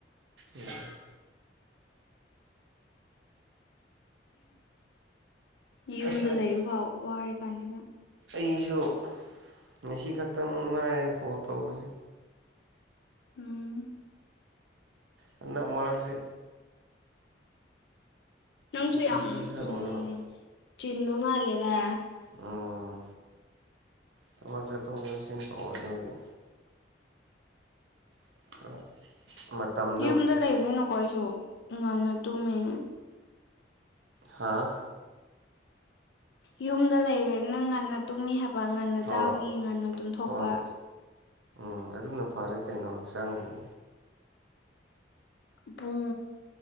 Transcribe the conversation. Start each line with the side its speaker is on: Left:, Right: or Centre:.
Right: ꯎꯝ
Left: ꯌꯨꯝꯗ
Right: ꯑꯁ
Left: ꯂꯩꯕꯐꯥꯎ
Right: ꯑꯩ
Left: ꯋꯥꯔ ꯀꯥꯟꯁꯤꯗ
Right: ꯑꯩꯁꯨ ꯉꯁꯤ ꯈꯛꯇꯃꯛ ꯉꯥꯏꯔꯦ ꯀꯣꯜ ꯇꯧꯕꯁꯦ
Left: ꯎꯝ
Right: ꯍꯟꯗꯛ ꯃꯔꯛꯁꯦ
Left: ꯅꯪꯁꯨ
Right: ꯕꯤꯖꯤ
Left: ꯌꯥꯝ
Right: ꯈꯔ
Left: ꯎꯝ
Right: ꯑꯣꯏꯕ
Left: ꯆꯤꯟꯕ ꯃꯥꯜꯂꯦꯗꯥ
Right: ꯎꯝ ꯊꯕꯛ ꯆꯠꯊꯣꯛ ꯆꯠꯁꯤꯟ ꯇꯧꯔꯗꯝꯅꯤ <inaudible> ꯃꯇꯝꯗꯣ
Left: ꯌꯨꯝꯗ ꯂꯩꯕꯅꯤꯅ ꯀꯣ ꯑꯩꯁꯨ ꯉꯟꯅ ꯇꯨꯝꯃꯦ
Right: ꯍꯥꯥ
Left: ꯌꯨꯝꯗ ꯂꯩꯕꯅꯤꯅ ꯉꯟꯅ ꯇꯨꯝꯃꯤ ꯍꯥꯏ ꯉꯟꯅ
Right: ꯍꯣꯏ
Left: ꯆꯥꯕꯒꯤ ꯉꯟꯅ ꯇꯨꯝꯊꯣꯛꯄꯥ
Right: ꯍꯣꯏ ꯎꯝ ꯑꯗꯨꯅ ꯐꯔꯦ ꯀꯩꯅꯣ ꯍꯛꯆꯥꯡꯒꯤꯗꯤ
Left: ꯄꯨꯡ